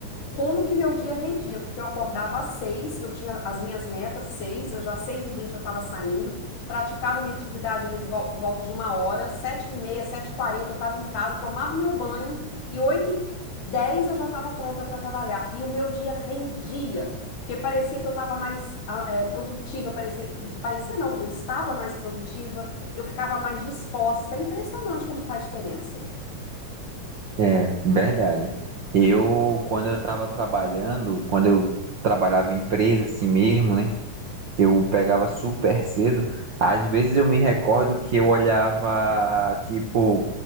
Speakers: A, on the left; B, on the right.
A: como que meu dia rendia, porque eu acordava às seis, eu tinha as minhas metas seis, eu já às seis e vinte eu estava saindo, praticava minha atividade ali do, vol- por volta de uma hora, sete e meia, sete e quarenta eu estava em casa, tomava meu banho e oito e dez eu já estava pronta para trabalhar. E o meu dia rendia, porque parecia que eu estava mais ah, eh, produtiva, parecia, e parecia não, eu estava mais produtiva, eu ficava mais disposta. É impressionante como faz diferença.
B: É, Verdade. Eu, quando eu estava trabalhando, quando eu trabalhava em empresa assim mesmo, né? Eu pegava super cedo. Às vezes eu me recordo que eu olhava, tipo,